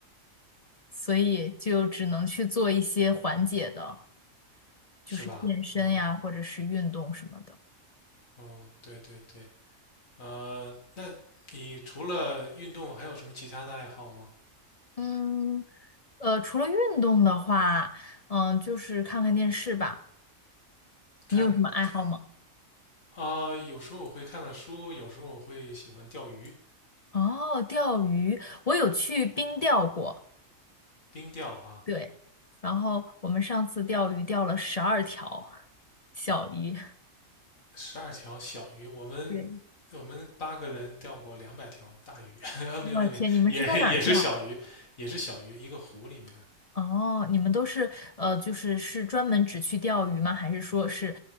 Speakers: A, on the left (about 40°); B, on the left (about 85°).
A: 所以就只能去做一些缓解的。
B: 是吧？
A: 就是健身呀，
B: 嗯
A: 或者是运动什么的。
B: 嗯，对对对，呃，那你除了运动还有什么其他的爱好吗？
A: 嗯，呃，除了运动的话，嗯、就是看看电视吧。你有什么爱好吗？
B: 看看啊、有时候我会看看书，有时候我会喜欢钓鱼，
A: 哦，钓鱼，我有去冰钓过，
B: 冰钓哈，
A: 对。然后我们上次钓鱼钓了十二条小鱼。
B: 十二条小鱼，我们我们八个人钓过两百条大鱼，
A: 对，
B: <laughs> 呃，没有，
A: 我天，
B: 没有也也是小鱼，
A: 你们是在哪儿钓？
B: 也是小鱼，一个湖里面，
A: 哦，你们都是呃，就是是专门只去钓鱼吗？还是说是